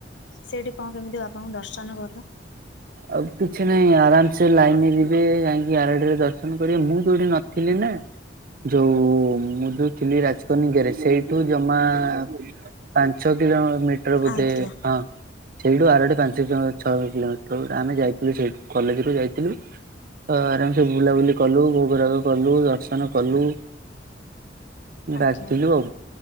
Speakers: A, on the left (about 80°); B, on the right (about 50°).
A: ସେଇଠି କଣ କେମିତି ବାବାଙ୍କୁ ଦର୍ଶନ କଲ।
B: ଆଉ କିଛି ନାହିଁ ଆରାମ ସେ ଲାଇନରେ ଯିବେ ଜାଇଁକି ଆରଡିରେ ଦର୍ଶନ କରିବେ ମୁଁ ଯୋଉଠି ନ ଥିଲେ ନା। ଯୋଉ ମୁଁ ଯୋଉ ଥିଲି ରାଜକନିକାରେ ସେଇଠୁ ଜମା ଆ ପାଞ୍ଚ କିଲୋ ମିଟର ବୋଧେ
A: ଆଜ୍ଞା
B: ହଁ ସେଇଠୁ ଆରଡି ପାଞ୍ଚ ଛଅ କିଲୋମିଟର। ଆମେ ଯାଇଥିଲୁ ସେଇଠୁ କଲେଜରୁୁ ଯାଇଥିଲୁ। ତ ଆରାମସେ ବୁଲାବୁଲି କଲୁ ଭୋଗରାଗ କଲୁ ଦର୍ଶନ କଲୁ।
A: ଆଜ୍ଞା
B: ରାଗ ଥିଲଥିଲୁ ଆଉ।